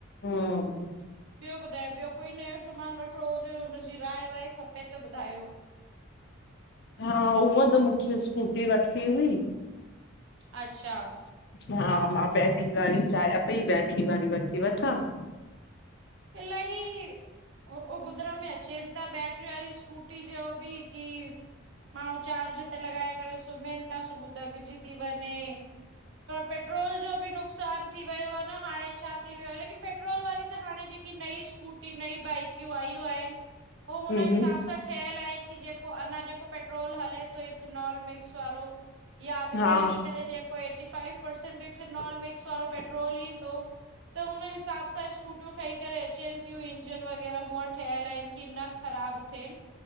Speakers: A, on the left; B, on the right.
A: हम्म
B: ॿियो ॿुधायो ॿियो कोई नयो समान वठणो हुजे, हुनजी राय वाय खपे त ॿुधायो।
A: हा उअ त मूखे स्कूटी वठणी हुई।
B: अच्छा।
A: हा, मा बैटरी वारी चाहियां पई बैटरी वारी वठी वठा।
B: इलाही ओ ॿुधण में अचेनता बैटरी वारी स्कूटी जो बि की माण्हू चार्ज ते लॻाए करे सुम्हन था सुबुह दगजी थी वञे। पेट्रोल जो भी नुक़सान थी वयो आ न हाणे छा थी वयो आहे लेकिन पेट्रोल वारी त हाणे जे नई सकूटी नई बाइकियूं आयूं आहिन हो हुन
A: हम्म
B: हिसाब
A: हम्म
B: सा ठहियल आहिन कि जेको अञा जेको पेट्रोल हले थो इथनाल मिक्स वारो। या अॻते
A: हा
B: हली करे जको एटीफाइव परसेंट एथनाल मिक्स वारो पेट्रोल ईंदो त हुन हिसाब सा स्कूटीयु ठही करे अचेन थियूं इजन वग़ैरह हूअ ठहयल आहिन की न ख़राब थियन